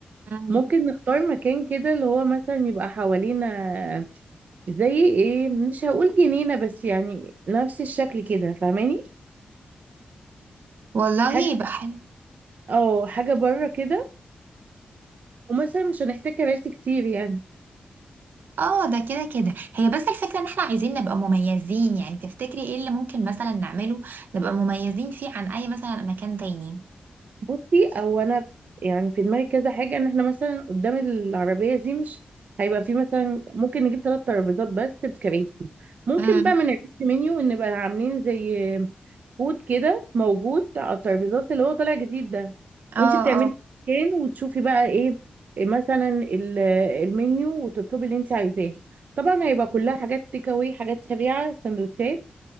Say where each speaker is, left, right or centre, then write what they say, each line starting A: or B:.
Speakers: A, on the right; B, on the right.
A: مم.
B: ممكن نختار مكان كده اللي هو مثلا يبقى حوالينا زي ايه مش هقول جنينة بس يعني نفس الشكل كده فاهماني
A: والله
B: حاجة
A: يبقى حلو
B: اه حاجة بره كده ومثلا مش هنحتاج كراسي كتير يعني
A: اه ده كده كده هي بس الفكرة ان احنا عايزين نبقى مميزين يعني تفتكري ايه اللي ممكن مثلا نعمله نبقى مميزين فيه عن اي مثلا مكان تاني
B: بصي او انا في- يعني في دماغي كذا حاجه ان احنا مثلا قدام العربيه دي مش هيبقى في مثلا ممكن نجيب ثلاث ترابيزات بس بكراسي ممكن
A: امم
B: بقى من الريست منيو ان نبقى عاملين زي كود كده موجود على الترابيزات اللي هو طالع جديد ده
A: اه
B: وانت بتعملي
A: اه
B: سكان وتشوفي بقى ايه مثلا ال- المنيو وتطلبي اللي انت عايزاه طبعا هيبقى كلها حاجات تيك اواي حاجات سريعه سندوتشات